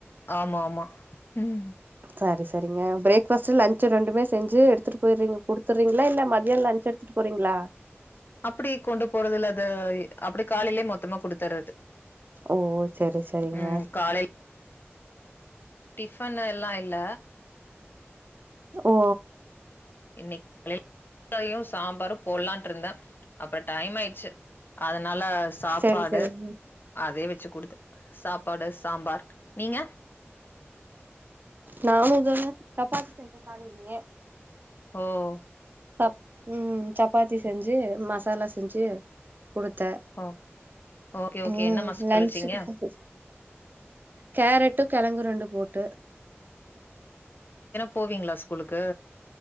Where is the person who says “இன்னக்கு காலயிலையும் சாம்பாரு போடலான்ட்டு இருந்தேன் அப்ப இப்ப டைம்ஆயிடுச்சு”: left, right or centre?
Left